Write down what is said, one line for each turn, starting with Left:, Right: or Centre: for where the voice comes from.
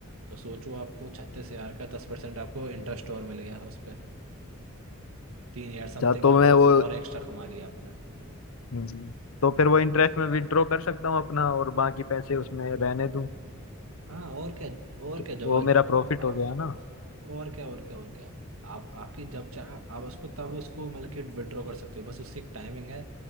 Right: तो सोचो आपको छत्तीस हजार का दस परसेंट आपको इंटरेस्ट और मिल गया उस पर तीन यार समथिंग
Left: अच्छा तो
Right: आपके
Left: मैं
Right: पास
Left: वो
Right: और एक्स्ट्रा कमा लिया आपने
Left: हम्म, तो फिर वो इंटरेस्ट में विड्रॉ कर सकता हूँ अपना और बाकी पैसे उसमें रहने दूँ
Right: हाँ और क्या और
Left: तो
Right: क्या जवाब
Left: वो मेरा प्रॉफिट
Right: आप
Left: हो गया
Right: आप-
Left: ना
Right: और क्या और क्या और क्या आप आपकी जब चाहे आप उसको तब उसको मतलब कि विड्रॉ कर सकते हो बस उसकी एक टाइमिंग है